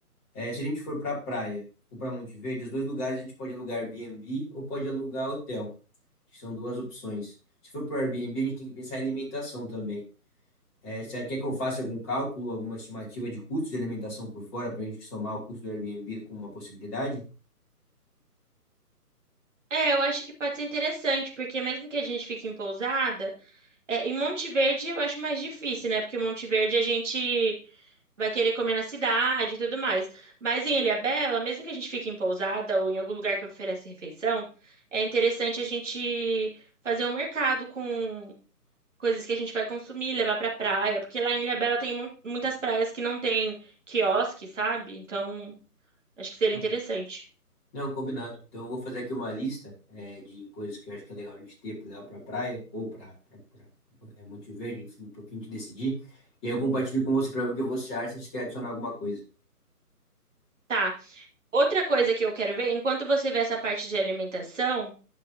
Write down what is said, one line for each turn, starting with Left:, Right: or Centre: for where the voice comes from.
Left: É, se a gente for para a praia ou para Monte Verde, os dois lugares a gente pode alugar Airbnb ou pode alugar hotel, que são duas opções. Se for para Airbnb, a gente tem que pensar em alimentação também. É, você quer que eu faça algum cálculo, alguma estimativa de custos de alimentação por fora para a gente somar o custo do Airbnb com uma possibilidade?
Right: É, eu acho que pode ser interessante, porque mesmo que a gente fique em pousada, é, em Monte Verde eu acho mais difícil, né? Porque em Monte Verde a gente vai querer comer na cidade e tudo mais. Mas em Ilhabela, mesmo que a gente fique em pousada ou em algum lugar que oferece refeição, é interessante a gente fazer um mercado com coisas que a gente vai consumir, levar pra praia, porque lá em Ilhabela tem mu- muitas praias que não tem quiosque, sabe? Então, acho que seria
Left: Ah,
Right: interessante.
Left: Não, combinado. Então eu vou fazer aqui uma lista é, de coisas que eu acho que é legal a gente ter para levar para a praia ou para é, Monte Verde, enfim, para que a gente decidir. E aí eu compartilho com você para ver o que você acha, se você quer adicionar alguma coisa.
Right: Tá. Outra coisa que eu quero ver, enquanto você vê essa parte de alimentação,